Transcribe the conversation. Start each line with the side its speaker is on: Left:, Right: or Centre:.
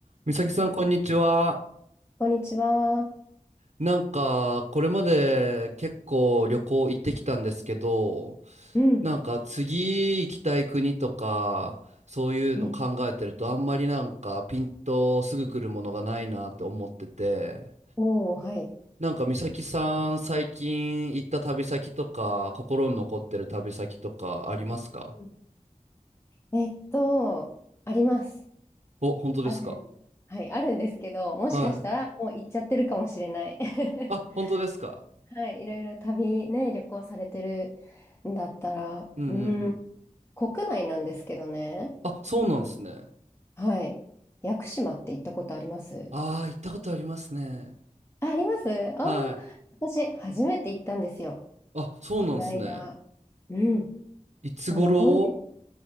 Right: 美咲さん、こんにちは。
Left: こんにちは。
Right: なんか、これまで結構旅行行ってきたんですけど、
Left: うん、
Right: なんか次行きたい国とか、そういうの考えてると、
Left: うん、
Right: あんまりなんかピンとすぐ来るものがないなって思ってて、
Left: おお、はい。
Right: なんか美咲さん、最近行った旅先とか、心に残ってる旅先とかありますか
Left: うん。えっと、あります。
Right: お、本当ですか
Left: ある、はい、あるんですけど、もしかしたらもう行っちゃってるかもしれない。
Right: はい。
Left: <laughs>
Right: あ、本当ですか
Left: はい、いろいろ旅ね、旅行されてるんだったら、
Right: うんうんうん。
Left: うん、国内なんですけどね。
Right: あ、そうなんですね。
Left: はい。屋久島って行ったことあります
Right: ああ、行ったことありますね。
Left: あ、ありますああ私、
Right: はい
Left: 初めて行ったんですよ。
Right: あ、そうなんすね。
Left: この間。うん。
Right: いつ頃
Left: あの、ゴールデン、